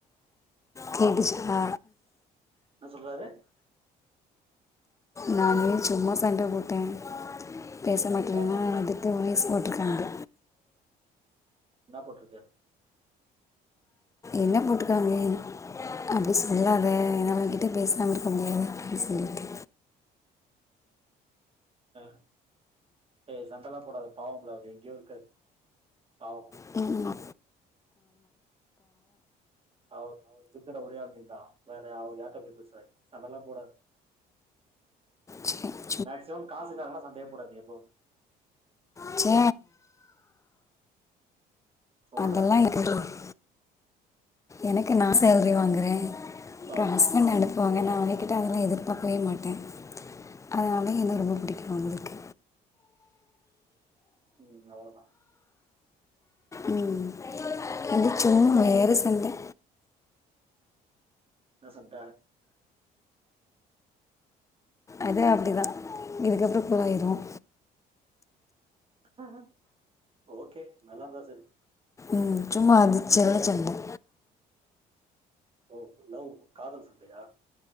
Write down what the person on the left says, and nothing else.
<inaudible> கேட்டுச்சா
நானே சும்மா சண்ட போட்டே பேச மாட்டேன்னா
அது அதா வாய்ஸ் போட்ருக்காங்க
என்ன போட்டுருக்காங்கே அப்டி சொல்லாத என்னால உங்கிட்ட பேசாம இருக்க முடியாது அப்டின் சொல்லிட்டு
சும்மா
ச்சி
ச
அதெல்லா எனக்கு அதுக்கு எனக்கு நா சேல்ரி வாங்குறே
அப்பறோ ஹஸ்பண்ட் அனுப்புவாங்க நா அவங்கிட்ட அதெல்லா
எதிர்பாக்கவே மாட்டே அதனால என்ன ரொம்ப புடிக்கும் அவங்களுக்கு
ம் இது சும்மா வேற சண்ட
அது அப்டிதான் இதுக்கப்பறோ போய்டும்
ம் சும்மா அது செல்ல சண்ட